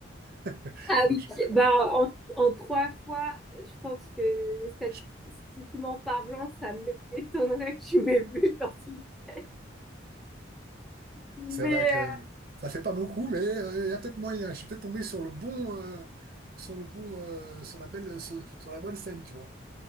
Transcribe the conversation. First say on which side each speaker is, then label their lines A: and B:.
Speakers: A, on the right; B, in the centre.
A: <laughs>
B: Ah
A: Donc,
B: oui,
A: je-
B: ben, en, en trois fois, je pense que statistiquement
A: je-
B: parlant, ça m'étonnerait que tu m'aies vu dans une pièce. Mais
A: C'est vrai que
B: euh,
A: ça fait pas beaucoup, mais euh, il y a peut-être moyen. Je suis peut-être tombé sur le bon, euh, sur le bon, euh, sur la belle, sur, sur la bonne scène, tu vois.